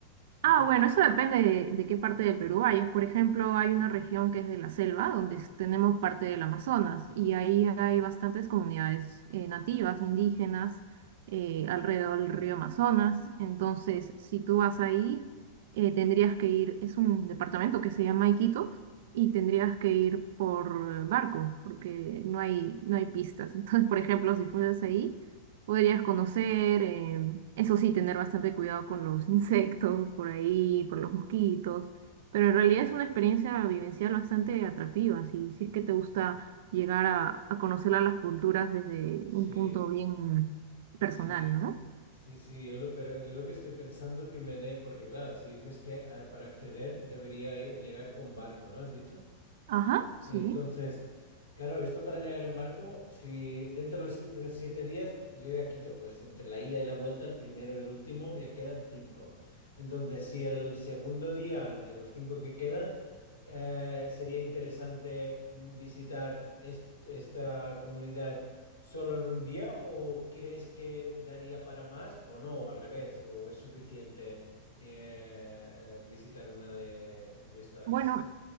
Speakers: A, on the left; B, on the right.
A: Explícame.
B: Ah, bueno, eso depende de, de qué parte del Perú vayas. Por ejemplo, hay una región que es de la selva, donde es- tenemos parte del Amazonas, y ahí hay bastantes comunidades eh, nativas, indígenas, eh, alrededor del río Amazonas. Entonces, si tú vas ahí, eh, tendrías que ir, es un departamento que se llama Iquitos, y tendrías que ir por eh, barco, porque no hay, no hay pistas. <laughs> Entonces, por ejemplo, si fueras ahí podrías conocer. eh, eso sí, tener bastante cuidado con los insectos por ahí, por los mosquitos. Pero en realidad es una experiencia vivencial bastante atractiva. Si, si es que te gusta llegar a, a conocer a las culturas desde
A: Sí,
B: un punto bien personal,
A: sí,
B: ¿no?
A: sí, sí, yo lo, pero yo lo que estoy pensando que me dé, porque claro, si dices que ah, para acceder debería i- llegar con barco, ¿no? ¿Has dicho?
B: Ajá, sí.
A: Entonces, claro, esto para llegar en barco, si dentro de los si- siete días, yo ya quito, pues, entre la ida y la vuelta, el primero y el último, ya quedan cinco. Entonces, si el segundo día de los cinco que quedan, eh, sería interesante visitar est- esta comunidad solo en un día, ¿o crees que daría para más o no, o al revés, o es suficiente eh, visitar una de, de estas?
B: Bueno,